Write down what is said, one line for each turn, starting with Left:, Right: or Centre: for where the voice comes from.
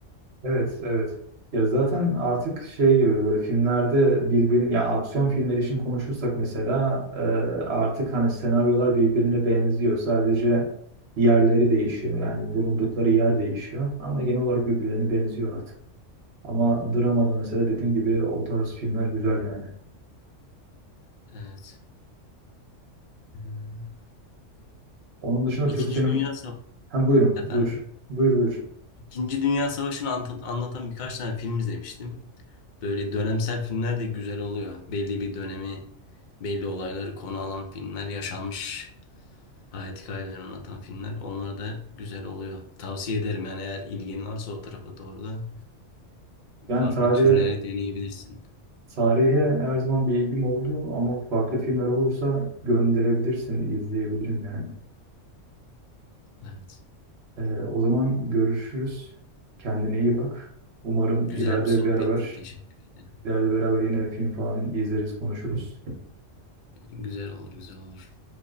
Right: Evet, evet. Ya zaten artık şey gibi böyle filmlerde birbir ya aksiyon filmleri için konuşursak mesela e, artık hani senaryolar birbirine benziyor. Sadece yerleri değişiyor. Yani bulundukları yer değişiyor. Ama genel olarak birbirlerine benziyor artık. Ama dramada mesela dediğin gibi o tarz filmler güzel yani.
Left: Evet. Hmm.
Right: Onun dışında
Left: İkinci
Right: Türk sinem...
Left: Dünya Savaşı
Right: Hem buyurun,
Left: efendim.
Right: buyur. Buyur, buyur.
Left: İkinci Dünya Savaşı'nı ant- anlatan birkaç tane film izlemiştim. Böyle dönemsel filmler de güzel oluyor. Belli bir dönemi, belli olayları konu alan filmler, yaşanmış hayat hikayelerini anlatan filmler. Onlar da güzel oluyor. Tavsiye ederim yani eğer ilgin varsa o tarafa doğru da
Right: Yani
Left: farklı
Right: tarihe,
Left: türlere deneyebilirsin.
Right: tarihe her zaman bir ilgim oldu ama farklı filmler olursa gönderebilirsin, izleyebilirim yani.
Left: Evet.
Right: Ee, o zaman görüşürüz. Kendine iyi bak. Umarım
Left: Güzel
Right: ileride
Left: bir sohbetti.
Right: beraber
Left: Teşekkür ederim.
Right: ileride beraber yine film falan izleriz, konuşuruz.
Left: Güzel olur, güzel olur.